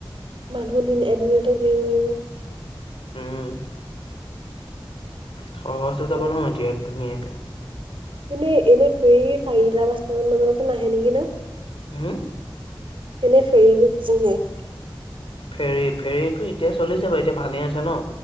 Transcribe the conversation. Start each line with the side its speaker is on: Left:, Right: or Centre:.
Right: মানুহ দিন এদিনতে ভিৰ হয় যায়।
Left: উম সহজ হৈ যাব
Right: পাৰিব।
Left: নহয় এতিয়া ধুনীয়াকে-
Right: এনে এনে ফেৰি চাৰিটা পাঁচটা মান বজাত নাহে নেকি ন।
Left: হা
Right: এনেই ফেৰী জিনেই
Left: ফেৰী ফেৰীতটো এতিয়া চলিছে হয়টো এতিয়া পানী আছে ন।